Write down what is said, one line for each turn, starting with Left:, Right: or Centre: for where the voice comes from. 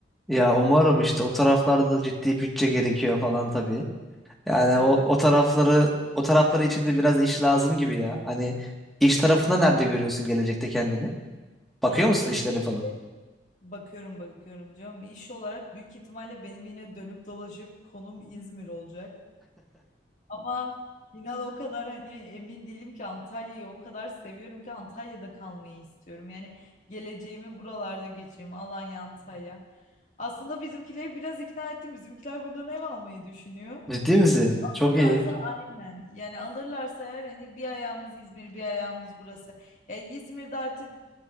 Centre: Ya umarım işte o taraflarda da ciddi bütçe gerekiyor falan tabii. Yani
Left: Evet.
Centre: o o tarafları o tarafları içinde biraz iş lazım gibi ya. Hani iş tarafında nerede görüyorsun gelecekte kendini? Bakıyor
Left: Yani
Centre: musun
Left: gelecek
Centre: işlere falan?
Left: Bakıyorum bakıyorum canım. İş olarak büyük ihtimalle benim yine dönüp dolaşıp konum İzmir olacak. Ama inan o kadar hani emin değilim ki Antalya'yı o kadar seviyorum ki Antalya'da kalmayı istiyorum. Yani geleceğimi buralarda geçireyim. Alanya, Antalya. Aslında bizimkileri biraz ikna ettim. Bizimkiler buradan ev almayı düşünüyor.
Centre: Ciddi misin? Çok
Left: Alırlarsa
Centre: iyi.
Left: aynen. Yani alırlarsa eğer hani bir ayağımız İzmir, bir ayağımız burası. Ya İzmir'de artık